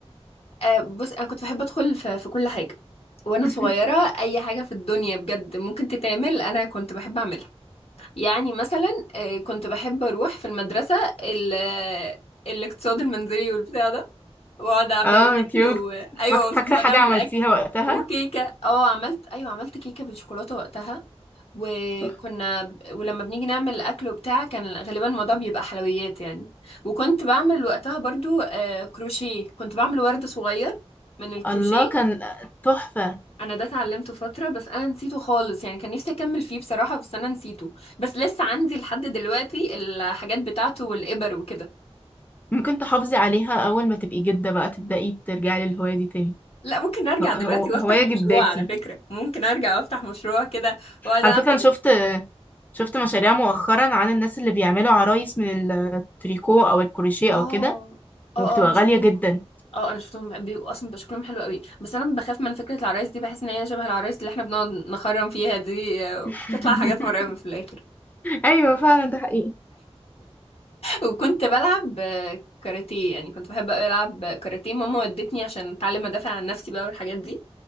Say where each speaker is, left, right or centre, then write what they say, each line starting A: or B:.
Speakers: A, on the left (about 65°); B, on the left (about 15°).
A: آه بص انا كنت بحب ادخل في, في كل حاجة وانا
B: <laughs>
A: صغيرة اي حاجة في الدنيا بجد ممكن تتعمل انا كنت بحب اعملها يعني مثلا آه، كنت بحب اروح في المدرسه ال- آه، الاقتصاد المنزلي والبتاع ده واقعد اعمل
B: اه كيوت
A: اكل و... ايوه
B: فاك-
A: <laughs>
B: فاكرة
A: واقعد
B: حاجة
A: اعمل
B: عملتيها
A: اكل
B: وقتها
A: وكيكه اه عملت ايوه عملت كيكه بالشوكولاته وقتها وكنا
B: تحفة.
A: ب- ولما بنيجي نعمل اكل وبتاع كان غالبا الموضوع بيبقى حلويات يعني وكنت بعمل وقتها برضو آه، كروشيه كنت بعمل ورد صغير من الكروشيه
B: الله كان تحفة
A: انا ده اتعلمته فتره بس انا نسيته خالص يعني كان نفسي اكمل فيه بصراحه بس انا نسيته بس لسه عندي لحد دلوقتي الحاجات بتاعته والابر وكده
B: ممكن تحافظي عليها أول ما تبقي جدة بقى تبدأي ترجعي للهواية دي تاني
A: لا ممكن ارجع
B: هو-
A: دلوقتي
B: هو-
A: وافتح
B: هواية
A: مشروع
B: جداتي
A: على فكره ممكن ارجع وافتح مشروع كده واقعد
B: على
A: اعمل
B: فكرة أنا شفت شفت مشاريع مؤخرا عن الناس اللي بيعملوا عرايس من التريكو أو الكروشيه
A: اه
B: أو كده
A: اه
B: وبتبقى
A: اه انا شفتهم
B: غالية جدا
A: اه انا شفتهم بيبقوا اصلا بيبقى شكلهم حلو قوي بس انا بخاف من فكره العرايس دي بحس ان هي شبه العرايس اللي احنا بنقعد نخرم فيها دي آه،
B: <laughs>
A: بتطلع حاجات مرعبه في الاخر
B: ايوه فعلا ده حقيقي
A: وكنت بلعب آه، كاراتيه يعني كنت بحب أوي ألعب كاراتيه ماما ودتني عشان أتعلم أدافع عن نفسي بقى والحاجات دي